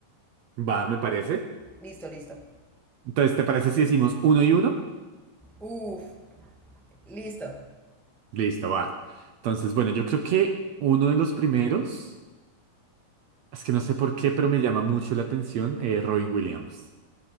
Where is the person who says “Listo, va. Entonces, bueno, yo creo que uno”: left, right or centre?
Right